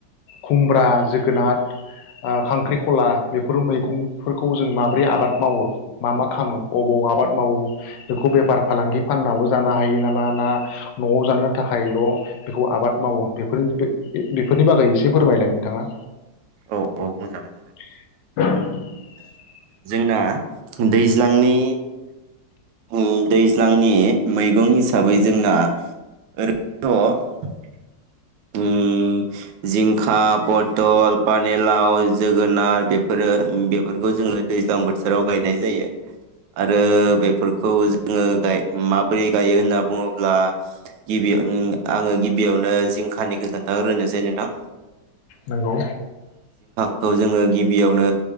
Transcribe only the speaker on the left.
खुमब्रा जोगोनार ओ खांख्रिखला बेफोर मैगंफोरखौ जों माबोरै आबाद मावो मा मा खालामो अबाव आबाद मावो बेखौ बेफार फालांगि फाननाबो जानो हायो नामा ना नआव जानो थाखायल बेखौ आबाद मावो बेफोरनि जुदि बेफोरनि बागै एसे फोरमायलाय नोंथाङा
<inaudible>
नंगौ